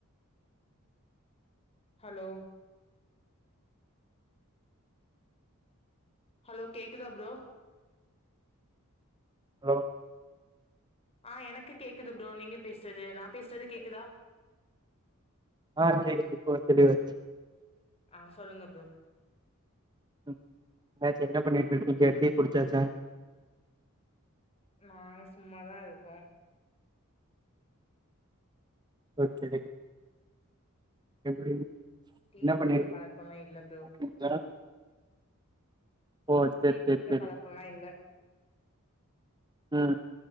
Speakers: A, on the left; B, on the right.
A: ஹலோ ஹலோ கேக்குதா ப்ரோ
B: ஹலோ
A: ஆ எனக்கு கேக்குது ப்ரோ நீங்க பேசறது நா பேசறது கேக்குதா
B: ஆ கேக்குது இப்போ தெளிவா
A: அ சொல்லுங்க ப்ரோ
B: ம் என்னாச்சு என்ன பண்ணிட்டுருக்கீங்க டீ குடுச்சாசா
A: நாங்க சும்மாதா இருக்கோ
B: ஓகே நன்றி
A: டீ
B: என்ன
A: குடிக்கிற
B: பண்ணிட்ரு
A: பழக்கோல்லா இல்ல ப்ரோ
B: <unintelligible> ஓ சேரி
A: டீ குடிக்கிற
B: சேரி சேரி
A: பழக்கோல்லா இல்ல
B: ம்